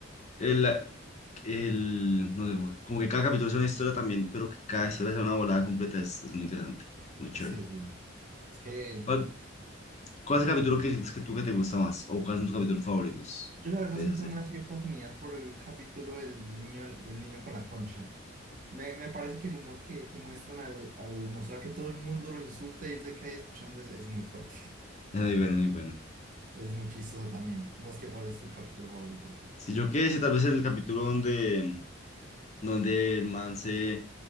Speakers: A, on the left; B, on the right.
A: el, el no sé, como, que como que cada capítulo es una historia también, pero que cada historia sea una volada completa, es, es muy interesante, muy chévere.
B: Sí, sí. Es que
A: ¿Cuál, cuál es el capítulo que sientes que tú que te gusta más? ¿O cuáles son tus capítulos favoritos
B: yo la verdad
A: de
B: siento
A: esa serie?
B: una cierta afinidad por el capítulo del niño, el, niño con la concha. Me, me parece que el humor que, que muestran al, al mostrar que todo el mundo lo insulta y es de que ahí escuchando es, es muy fuerte.
A: Es muy bueno, muy bueno.
B: Es muy chistoso también. ¿Vos qué, cuál es tu capítulo favorito? ¿De
A: Si yo qué sé, tal vez el capítulo donde donde el man se,